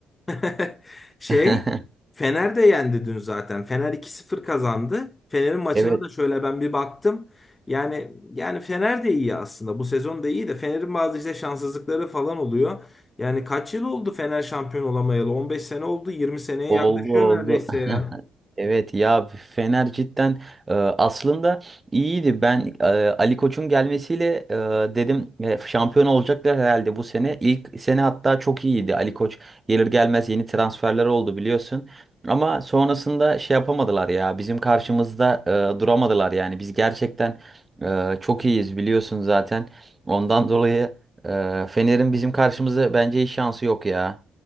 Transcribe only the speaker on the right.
<laughs>
Evet
oldu
oldu.
<laughs>
Evet ya Fener cidden e, aslında iyiydi. Ben e, Ali Koç'un gelmesiyle e, dedim e, şampiyon olacaklar herhalde bu sene. İlk sene hatta çok iyiydi. Ali Koç gelir gelmez yeni transferler oldu biliyorsun. Ama sonrasında şey yapamadılar ya. Bizim karşımızda e, duramadılar yani. Biz gerçekten e, çok iyiyiz biliyorsun zaten. Ondan dolayı e, Fener'in bizim karşımızda bence hiç şansı yok ya.